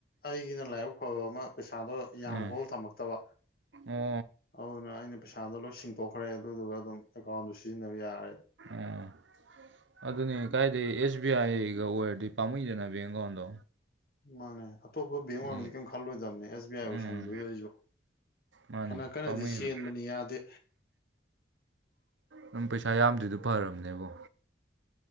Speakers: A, on the left; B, on the right.
A: ꯑꯩꯒꯤꯅ ꯂꯥꯏꯕꯛ ꯐꯕ ꯑꯃ ꯄꯩꯁꯥꯗꯣ ꯌꯥꯝ
B: ꯎꯝ
A: ꯍꯣꯜ ꯊꯝꯃꯛꯇꯕ
B: ꯑꯣ
A: ꯑꯗꯨꯅ ꯑꯩꯅ ꯄꯩꯁꯥꯗꯣ ꯂꯣꯏ ꯁꯤꯡꯗꯣꯛꯈ꯭ꯔꯦ ꯑꯗꯨꯗꯨꯒ ꯑꯗꯨꯝ ꯑꯦꯀꯥꯎꯟꯗꯣ ꯁꯤꯖꯤꯟꯅꯕ ꯌꯥꯔꯦ
B: ꯑꯣ ꯑꯗꯨꯅꯦ ꯀꯥꯏꯗ ꯑꯦꯁ ꯕꯤ ꯑꯥꯏꯒ ꯑꯣꯏꯔꯗꯤ ꯄꯥꯝꯃꯨꯏꯗꯅ ꯕꯤꯡ ꯑꯦꯀꯥꯎꯟꯗꯣ
A: ꯃꯥꯅꯦ ꯑꯇꯣꯞꯄ ꯕꯦꯡ ꯑꯣꯏꯔꯃꯗꯤ
B: ꯑꯩ
A: ꯀꯔꯤꯝ ꯈꯜꯂꯣꯏꯗꯝꯅꯦ ꯑꯦꯁ ꯕꯤ ꯑꯥꯏ ꯑꯣꯏꯁꯟꯗꯨꯗ
B: ꯎꯝ
A: ꯑꯩꯖꯨ
B: ꯃꯥꯅꯦ
A: ꯐꯅ ꯀꯟꯅꯗꯤ
B: ꯄꯥꯝꯃꯨꯏꯕ
A: ꯆꯦꯟꯕꯅꯤ ꯌꯥꯗꯦ
B: ꯅꯪ ꯄꯩꯁꯥ ꯌꯥꯝꯗ꯭ꯔꯤꯗꯨ ꯐꯔꯝꯅꯦꯕꯣ